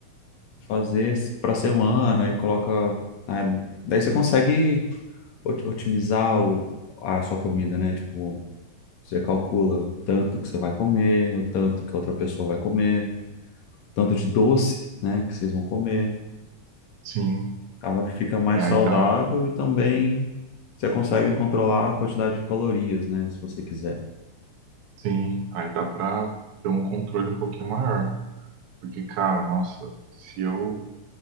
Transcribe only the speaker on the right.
sim,
é aí
dá,
sim, aí dá pra ter um controle um pouquinho maior, porque cara, nossa, se eu